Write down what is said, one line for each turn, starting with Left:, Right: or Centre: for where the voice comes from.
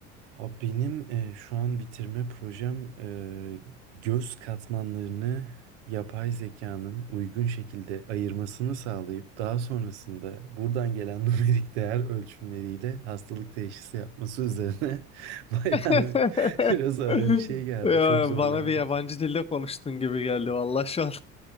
Right: Abi benim e, şu an bitirme projem e, göz katmanlarını yapay zekanın uygun şekilde ayırmasını sağlayıp daha sonrasında buradan gelen <laughs> numerik değer ölçümleriyle hastalık teşhisi yapması üzerine <laughs> bayağı
Left: <laughs>
Right: bir biraz ağır bir şey geldi.
Left: Ya,
Right: Çok zorlandık.
Left: bana bir yabancı dilde konuştun gibi geldi vallahi şu an.